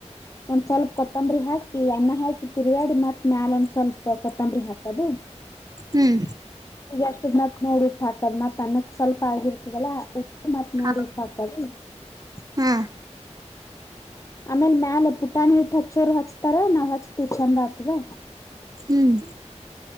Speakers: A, on the left; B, on the right.
A: ಒಂದ್ ಸ್ವಲ್ಪ ಕೊತ್ತಂಬರಿ ಹಾಕಿ ಅನ್ನ ಹಾಕಿ ತಿರುವ್ಯಡಿ ಮತ್ ಮ್ಯಾಲ ಒಂದ್ ಸ್ವಲ್ಪ ಕೊತ್ತಂಬರಿ ಹಾಕದು.
B: ಹ್ಮ್
A: ಈಗಷ್ಟದ್ ಮತ್ ನೋಡ್ ಉಪ್ಪ ಹಾಕದ್ ಮತ್ ಅನ್ನಕ್ ಸ್ವಲ್ಪ ಆಗಿರ್ತದಲ್ಲ ಉ ಮತ್ ನೋಡಿ
B: ಹಾ
A: ಉಪ್ಪ ಹಾಕದು.
B: ಹಾ.
A: ಆಮೇಲ್ ಮ್ಯಾಲ ಪುಟಾಣಿ ಹಿಟ್ಟ ಹಚ್ಚೋರು ಹಚ್ತಾರ ನಾವ್ ಹಚ್ತಿವಿ ಚಂದ ಆಗ್ತದ.
B: ಹ್ಮ್